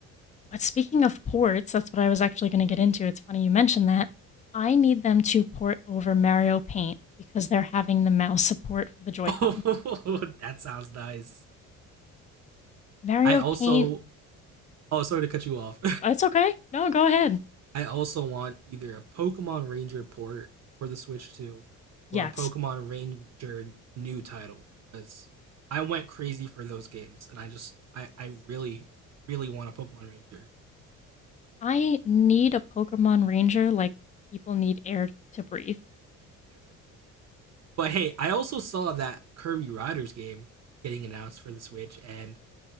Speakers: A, on the left (about 20°); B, on the right (about 40°).
A: But speaking of ports, that's what I was actually going to get into. It's funny you mentioned that. I need them to port over Mario Paint because they're having the mouse support
B: <laughs>
A: for the Joy-Con.
B: oh, that sounds nice.
A: Mario
B: I also
A: Paint,
B: Oh, sorry to cut you off.
A: it's okay. No, go ahead.
B: <laughs> I also want either a Pokemon Ranger port for the Switch 2 or
A: Yes.
B: a Pokemon Ranger new title because I went crazy for those games and I just I, I really really want a Pokemon Ranger.
A: I need a Pokemon Ranger like people need air to breathe.
B: <laughs> but hey, I also saw that Kirby Riders game getting announced for the Switch and